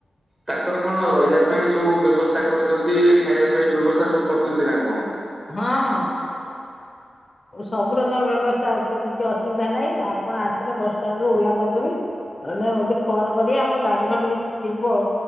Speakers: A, on the right; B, on the left.
A: ତାଙ୍କର କଣ ରହିବା ପାଇଁ ସବୁ ବ୍ୟବସ୍ଥା କରୁଛନ୍ତି ଖାଇବା ପାଇଁ ବ୍ୟବସ୍ଥା ସବୁ କରୁଛନ୍ତି ନା କଣ?
B: ହଁ ହଁ। ସବୁ ରକର ବ୍ୟବସ୍ଥା ଅଛି କିଛି ଅସୁବିଧା ନାହିଁ ଆପଣ ଆସିଲେ ବସଷ୍ଟାଣ୍ଡୁ ଓହ୍ଲା କରିଦେବି। ନହେଲେ ମତେ ଫୋନ କରିବେ ଆମର ଗାଡି ଫାଡି ଯଦି ଥିବ